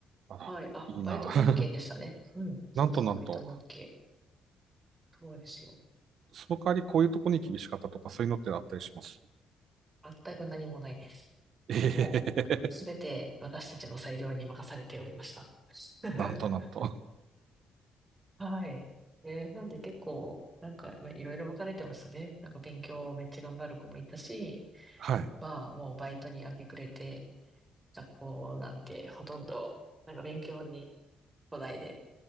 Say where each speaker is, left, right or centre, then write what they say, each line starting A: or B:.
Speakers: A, on the right; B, on the right.
A: あら、
B: はい。あ、
A: いいな。
B: バイトも OK でしたね。
A: <laughs>
B: うん、そうそう、
A: なんとなんと、
B: バイトも OK。そうですよ。
A: そその代わりこういうとこに厳しかったとかそういうのってあったりします
B: 全く何もないです。
A: ええ
B: もう、すべて私たちの裁量に任されておりました。<laughs>
A: <laughs> なんとなんと。
B: はい。ね、なんで結構、なんか、まあ、いろいろ分かれてましたね。なんか勉強めっちゃ頑張る子もいたし、
A: はい。
B: まあもうバイトに明け暮れて、学校なんてほとんど、なんか勉強に来ないで、